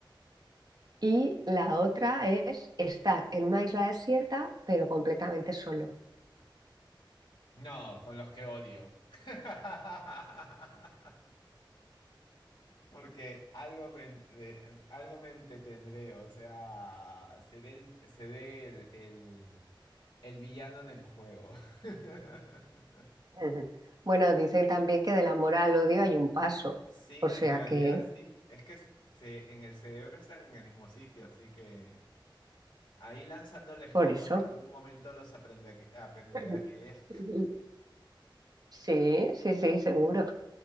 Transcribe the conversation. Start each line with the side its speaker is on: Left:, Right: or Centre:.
Right: Y la otra es estar en una isla desierta, pero completamente solo.
Left: No, con los que odio. <laughs> Porque algo me, entre- algo me entretendré, o sea, seré el, seré el, el, el villano en el juego. <laughs>
Right: Ujú. Bueno, dicen también que del amor al odio hay un paso,
Left: Sí,
Right: o sea
Left: en realidad
Right: que
Left: sí. Es que se, en el cerebro están en el mismo sitio, así que... Ahí lanzándoles
Right: por
Left: cocos
Right: eso.
Left: en algún momento los aprende aprender
Right: Ujú.
Left: a querer.
Right: <laughs> Sí, sí, sí, seguro.